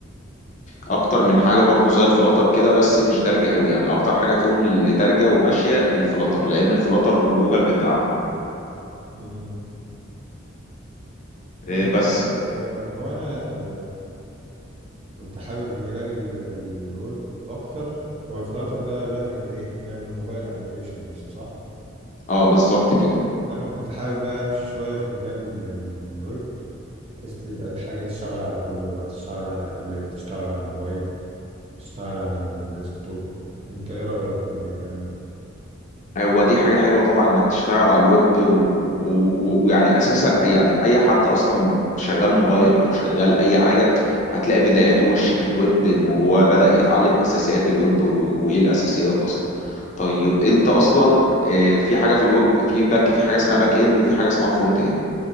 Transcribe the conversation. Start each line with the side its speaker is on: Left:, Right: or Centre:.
Left: اكتر من حاجة برضو زي الفلاتر كده بس مش دارجة قوي يعني اكتر حاجة فيهم اللي دارجة وماشية الفلاتر لان الفلاتر جوجل بتدعم
Right: مم. طيب
Left: إيه بس
Right: آه، هو أنا يعني كنت حابب مجال ال- الويب أكتر هو الفلاتر ده بيعمل إيه؟ بيعمل موبايل أبليكيشن بس صح؟
Left: اه بالظبط كده
Right: أنا كنت حابب بقى أمشي شوية في مجال ال- الويب بحيث تبقى حاجة تشتغل على كله بقى تشتغل على تابلت تشتغل على الموبايل تشتغل على الديسكتوب أنت إيه رأيك في الكلام ده؟
Left: هو دي حاجة حلوة طبعا انك تشتغل على الويب ويعني و... و... ويعني اساسا أي- يعني اي حد اصلا شغال موبايل او شغال اي حاجة هتلاقي بداياته وش كانت ويب وهو بدأ يتعلم اساسيات الويب و... وايه الاساسيات اصلا طيب انت اصلا آه، في حاجة في الويب في باك في حاجة اسمها باك اند وفي حاجة اسمها فرونت اند